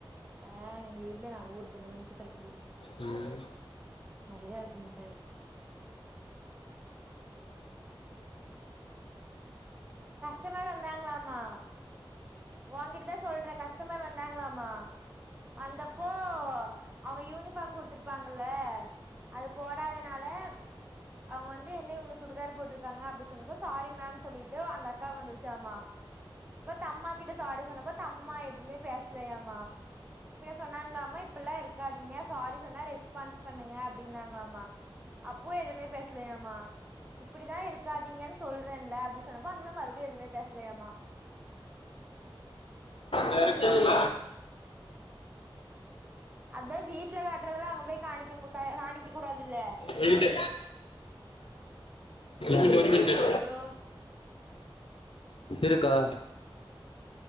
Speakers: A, on the right; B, on the left.
A: ஆ எங்க வீட்லயே நா ஊருப்பட்ட மன்ச்சு கடக்குது
B: ம்
A: நறையா இருக்கு முட்டாய் கஸ்டமர் வந்தாங்களாமா வாங்கிட்டு தான் சொல்றேன் கஸ்டமர் வந்தாங்களாமா வந்தப்போ அவங்க யூனிபார்ம் குடுத்துருப்பாங்கல அது போடாதனால அவங்க வந்து என்ன இவுங்க சுடிதார் போட்ருக்காங்க அப்படின்னு சொன்னும்போது சாரி மேம் சொல்லி அந்த அக்கா வந்துச்சாமா இப்ப தம்மா கிட்ட சாரி சொன்னப்ப தம்மா எதுமே பேச லயாமா பின்ன சொன்னாங்களாமா இப்பல்லா இருக்காதிங்க சாரி சொன்னா ரெஸ்பான்ஸ் பண்ணுங்க அப்படினா ங்ளாமா அப்போ எதுமே பேசலயாமா இப்படிதா இருக்காதிங்கன் சொல்றேன்ல அப்டி சொன்னப்ப அந்தம்மா மறுபடி எதுமே பேசலயாமா
B: வேறக்கல்ல
A: அதா வீட்ல காட்றதெல்லா அங்க போய் காணிக்க மு காணிக்க கூடாதுல்ல
B: வீடு
A: ம்
B: வீட்ல
A: ஹலோ
B: இருக்கா